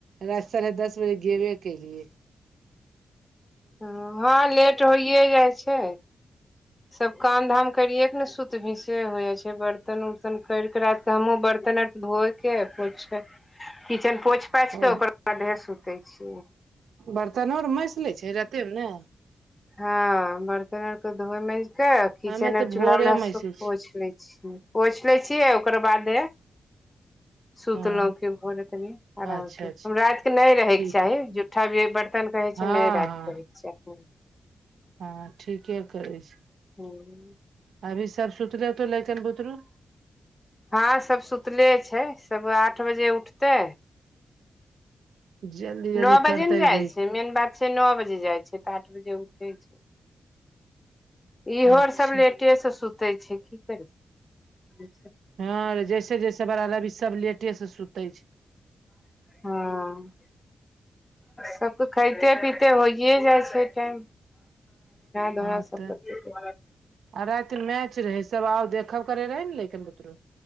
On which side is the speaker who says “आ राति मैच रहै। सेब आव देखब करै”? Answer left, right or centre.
Right